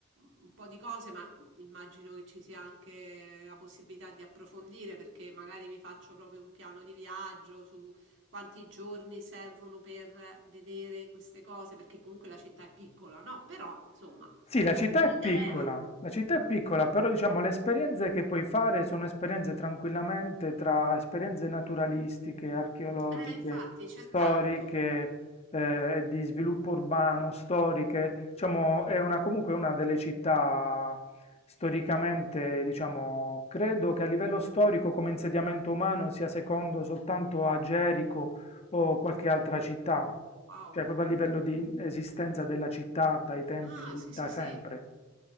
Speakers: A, on the right; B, on the left.
A: un po' di cose, ma immagino che ci sia anche la possibilità di approfondire, perché magari mi faccio proprio un piano di viaggio su quanti giorni servono per vedere queste cose, perché comunque la città è piccola, no? Però, insomma,
B: Sì, la città
A: un'idea.
B: è piccola, la città è piccola, però diciamo le esperienze che puoi fare sono esperienze tranquillamente tra esperienze naturalistiche, archeologiche,
A: Eh, infatti, c'è
B: storiche,
A: tanto.
B: eh, e di sviluppo urbano, storiche. Diciamo, è una, comunque una delle città storicamente, diciamo, credo che a livello storico come insediamento umano sia secondo soltanto a Gerico o qualche altra città,
A: Wow.
B: cioè proprio a livello di esistenza della città dai tempi
A: Ah, sì,
B: da
A: sì, sì.
B: sempre.